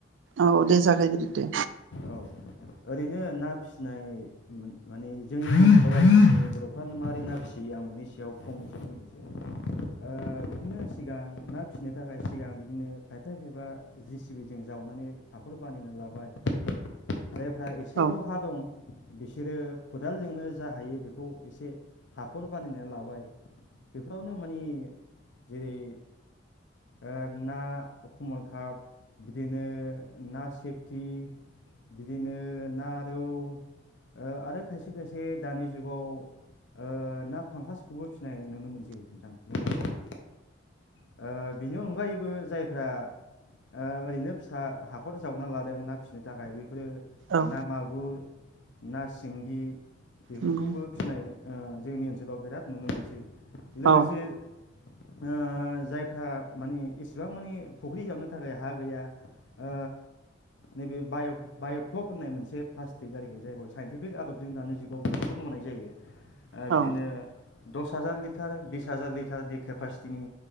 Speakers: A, on the right; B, on the left.
A: औ दे जागायग्रो दे।
B: औ ओरैनो ना फिसिनाय उम माने जोंनि बर'फ्रानो मारै ना फिसियो आं बिनि सायाव फंनैसो बुंनोसै ओ बिदिनो सिगां ना फिसिनो थाखाय सिगां बिदिनो खायफा खायफा जि सि बि जों जावनानै हाखर बानायना लाबाय जायफ्रा सेल'हा
A: औ
B: दं बिसोरो खदालजोंनो जा हायो बेखौ एसे हाखर बानायना लाबाय बेफोरावनो माने जेरै ओ ना कमन काप बिदिनो ना सेफटि बिदिनो ना रौ ओ आरो खायसे खायसे दानि जुगाव ओ ना फांखासखौबो फिसिनाय नुनो मोनसै नोंथां जोंनि ओनसोलाव। ओ बिनि अनगायैबो जायफ्रा ओ ओरैनो फिसा हाखर जावनानै लादों ना फिसिनो थाखाय बे बेफोरो
A: औ
B: ना मागुर ना सिंगि बेफोरखौबो
A: नंगौ
B: फिसिनाय ओ जोंनि ओनसोलाव बिराद नुनो मोनसै। लोगोसे
A: औ
B: ओ जायफ्रा माने इसिबां मानि फुख्रि जावनो थाखाय हा गैया ओ नैबे बायक बाय'फ्लक होननाय मोनसे प्लास्टिक आरोखि जायखौ साइनटिफिक आदबजों दानि जुगाव बेफोरखौ मावनाय जायो ओ
A: औ
B: बिदिनो दस हाजार लिटार बिस हाजार लिटारनि केपास्टिनि